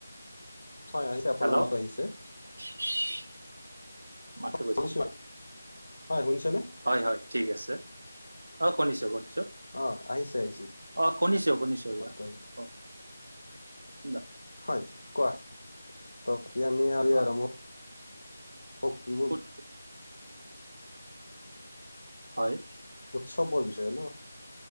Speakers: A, on the left; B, on the right.
A: হয়, আহিছে, আপোনাৰ
B: হেল্ল'
A: মাত আহিছে।
B: <inaudible> মাতটো
A: শুনিছোনে হয় শুনিছনে।
B: হয়-হয় ঠিক আছে, অ' শুনিছোঁ-শুনিছোঁ।
A: অ' আহিছে। আহিছে
B: অ' শুনিছোঁ-শুনিছোঁ
A: মাতটো আহি
B: কওক কি নাম?
A: হয়, কোৱা? ত' কি আমি আজি
B: হয়
A: আৰম্ভ <inaudible>
B: পঠ <unintelligible> হয়
A: উৎসৱৰ বিষয়ে ন?